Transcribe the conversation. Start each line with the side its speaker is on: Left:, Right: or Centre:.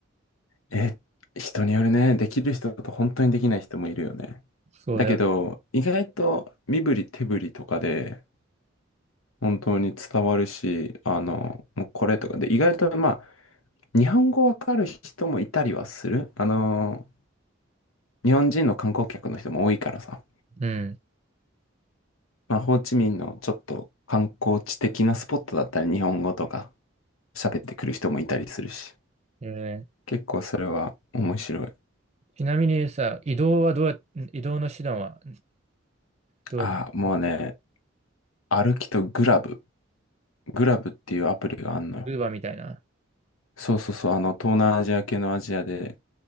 Left: え、人によるね、できる人と本当にできない人もいるよね。
Right: そうだよ。
Left: だけど、意外と身振り手振りとかで本当に伝わるし、あの、もうこれとかで、意外とまあ、日本語わかる人もいたりはする。あの、日本人の観光客の人も多いからさ、
Right: うん。
Left: まあ、ホーチミンのちょっと観光地的なスポットだったら日本語とか喋ってくる人もいたりするし、
Right: えー
Left: 結構それは面白い。
Right: ちなみにさ、移動はどうや、移動の手段はどうやって
Left: ああ、もうね、歩きとグラブ。グラブっていうアプリがあんのよ。
Right: ウーバーみたいな。
Left: そうそうそう。あの、東南アジア系のアジアで